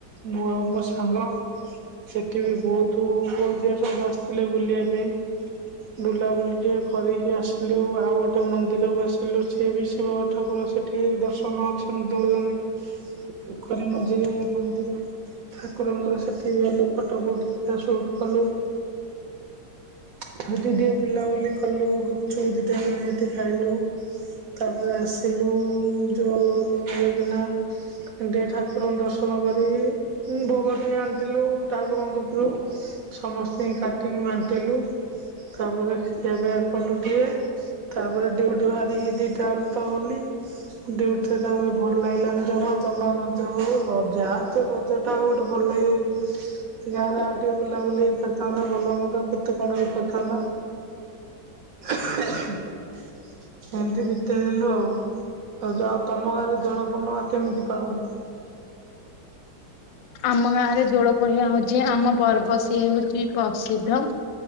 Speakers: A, on the right; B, on the left.
A: ମୁଁ ଆଉ ମୋ ସାଙ୍ଗ। ସେଠି ବି ବହୁତ ପୁଅ ଝିଅ ସବୁ ଆସିଥିଲେ ବୁଲିବା ପାଇଁ। ବୁଲାବୁଲି ଟିକେ କରିକି ଆସିଲୁ ଆଉ ଗୋଟେ ମନ୍ଦିରକୁ ଆସିଲୁ ସିଏ ଵି ଶିବ। ଠାକୁର ସେଠି ଦର୍ଶନ ଅଛନ୍ତି ଦଉଚନ୍ତି। ପୋଖରୀ ମଝିରେ ମନ୍ଦିର ଠାକୁରଙ୍କର ସେଠିକି ଗଲୁ ଫଟୋ ଫୁଟ ଦି ଟା ସୁଟ୍ କଲୁ। ସେଟି ଟିକେ ବୁଲାବୁଲି କଲୁ ଗୁପଚୁପ ଦିଟା ନିହାତି ଖାଇଲୁ। ତାପରେ ଆସିଲୁ ଯୋ ରୁମ ରେକିନା। ପୁଣି ଟିକେ ଠାକୁରଙ୍କ ଦର୍ଶନ କରି ହୁଁ ଭୋଗ ଟିକେ ଆଣିଥିଲୁ ଠାକୁରଙ୍କ କତିରୁ ସମସ୍ତେ କାଟିକି ବାଣ୍ଟିଲୁ ତାପରେ ଖିଆ ପିଆ କଲୁ ଟିକେ- ତାପରେ ଡିଉଟି ବାହାରିକି ଦିଟା ବେଳୁକୁ ତ ଗଲି। ଡିଉଟିରେ ତା ପରେ ଭଲ ଲାଗିଲାନି ଜମା <unintelligible> ଯା ତୋ ରଜ ରଜଟା ଆଉ ଗୋଟେ ଭଲ ଲାଗିବକି। ଗାଁରେ ଆଉ ଟିକେ ବୁଲାବୁଲି ହେଇ ପାରିଥାନ୍ତା ଭଲ ମନ୍ଦ କେତେ କଣ ହେଇ ପାରିଥାନ୍ତା। ଏମିତି ବିତେଇଦେଲୁ ଆଉ। ରଜ ଆଉ ତମ ଗାଁରେ ଦୋଳପୂର୍ଣ୍ଣମା କେମିତି ପାଳନ୍ତି?
B: ଆମ ଗାଁ ରେ ଦୋଳ ପୂର୍ଣ୍ଣିମା ହଉଛି ଆମ ପର୍ବ ସିଏ ହଉଛି ପ୍ରସିଦ୍ଧ।